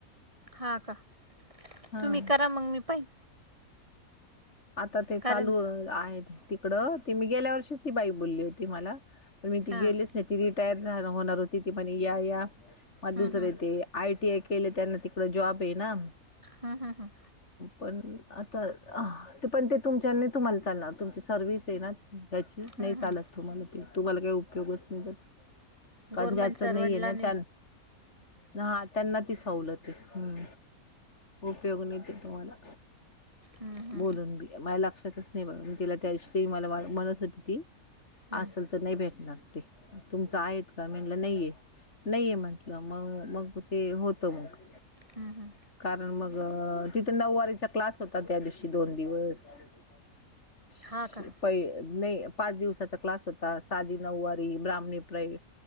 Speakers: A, on the right (about 20°); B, on the left (about 50°).
A: हा का
B: हा
A: तुम्ही करा मग मी पहिन.
B: आता ते
A: कारण
B: चालू आहेत तिकडं ते मी गेल्या वर्षीच ती बाई बोलली होती मला पण मी ती
A: हां
B: गेलीच नाही ती रिटायर होणार होती ती पण या या. मग
A: हं,
B: दुसरं
A: हं,
B: ते आयटी आय केले त्यांना तिकड जॉब आहे ना.
A: हा हा हा.
B: पण आता अ पण ते तुमच्यानी तुम्हाला चालणार तुमची सर्वि्हिस आहे ना या्याची
A: हं,
B: नाही चालत
A: हं.
B: तुम्हाला ते तुम्हाला काय? उपयोगच नाही त्याचा कारण
A: गव्हर्मेंट
B: ज्याच
A: सर्वंटला
B: नाही आहेे ना त्यान. हा त्यांना ती सवलत आहे हम्म. उपयोग नाही ते तुम्हाला?
A: हम् हम्.
B: बोलून बी मा्या लक्षातच नाही बघ मी तिला त्या मला म्हणत होती ती
A: हं.
B: असल तर नाही भेटणार ते तुमच आहेत का? म्ह नाहीे नाहीये म्हंटलं मग मग ते होत मग
A: हं, हं.
B: कारण मग तिथं नऊवारीचा क्लास होता त्या दिवशी दोन दिवस <unintelligible>
A: हां का
B: प नाही पाच दिवसाचा क्लास होता साधी नऊवारी ब्राह्णीपय